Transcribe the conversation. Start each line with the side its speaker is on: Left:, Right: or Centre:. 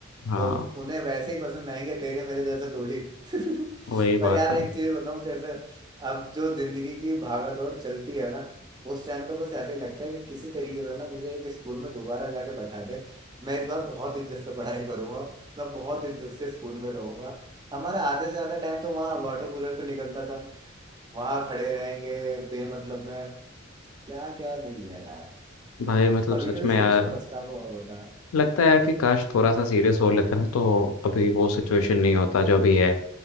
Left: हाँ
Right: तो उन्हें वैसे ही पसंद आएंगे तेरे मेरे जैसे थोड़ी <laughs>
Left: वही बात
Right: पर यार
Left: है
Right: एक चीज बताऊं तेरे से अब जो जिंदगी की भागा दौड़ चलती है ना उस टाइम पे बस ऐसे ही लगता है कि किसी तरीके से ना मुझे एक स्कूल में दोबारा जाके बैठा दे मैं इस बार बहुत इज्जत से पढ़ाई करूंगा मैं बहुत इज्जत से स्कूल में रहूंगा हमारा आधे से ज्यादा टाइम तो वहाँ वाटर कूलर पे निकलता था वहां खड़े रहेंगे बेमतलब में क्या क्या नहीं है यार
Left: भाई मतलब
Right: कभी
Left: सच
Right: कभी
Left: में
Right: सोच
Left: यार
Right: के पछतावा होता
Left: लगता है यार कि काश थोड़ा सा सीरियस हो लेते ना तो अभी वो सिचुएशन नहीं होता जो अभी है